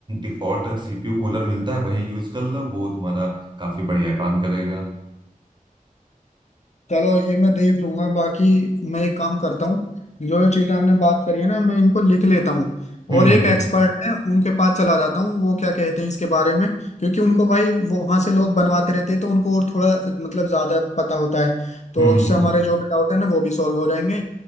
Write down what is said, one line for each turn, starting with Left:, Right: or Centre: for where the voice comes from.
Right: डिफॉल्ट सीपीयू कूलर मिलता है वही यूज कर लो वो तुम्हारा काफी बढ़िया काम करेगा
Left: चलो ये मैं देख लूंगा बाकी मैं एक काम करता हूँ जो जो चीजें हमने बात करी है ना मैं इनको लिख लेता हूँ
Right: हम्म
Left: और एक
Right: हम्म
Left: एक्सपर्ट है उनके पास चला जाता हूँ वो क्या कहते हैं इसके बारे में क्योंकि उनको भाई वो वहां से लोग बनवाते रहते हैं तो उनको और थोड़ा मतलब ज्यादा पता होता है तो
Right: हम्म
Left: इससे
Right: हम्म।
Left: हमारे जो भी डाउट है ना वो भी सॉल्व हो जाएंगे